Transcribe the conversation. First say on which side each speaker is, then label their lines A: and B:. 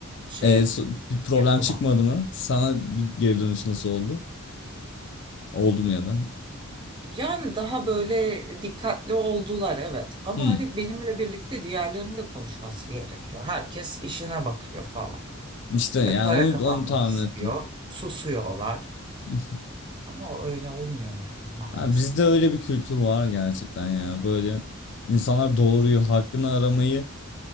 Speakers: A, on the right; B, on the left.
A: şeye
B: <laughs> bir problem
A: yapıma.
B: çıkmadı mı? Sana bir geri dönüş nasıl oldu? Oldu mu ya da?
A: Yani daha böyle dikkatli oldular evet ama
B: Hmm.
A: hani benimle birlikte diğerlerinin de konuşması gerekiyor. Herkes işine bakıyor falan.
B: İşte yani
A: E, para
B: onu
A: kazanmak
B: onu tahmin
A: istiyor.
B: ettim.
A: Susuyorlar.
B: <laughs>
A: Ama öyle olmuyor yani maalesef.
B: Ha, bizde öyle bir kültür var gerçekten ya. Böyle insanlar doğruyu, hakkını aramayı